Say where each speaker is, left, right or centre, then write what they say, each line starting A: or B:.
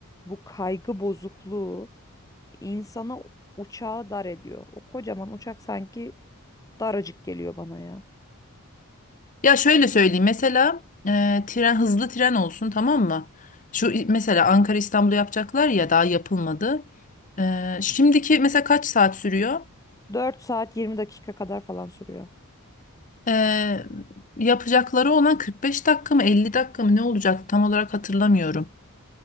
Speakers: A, on the left; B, on the left.
A: bu kaygı bozukluğu insana uçağı dar ediyor. O kocaman uçak sanki daracık geliyor bana ya.
B: Ya şöyle söyleyeyim mesela e, tren hızlı tren olsun tamam mı? Şu mesela Ankara İstanbul'u yapacaklar ya daha yapılmadı. E, şimdiki mesela kaç saat sürüyor?
A: 4 saat 20 dakika kadar falan sürüyor.
B: E, yapacakları olan 45 dakika mı 50 dakika mı ne olacak tam olarak hatırlamıyorum.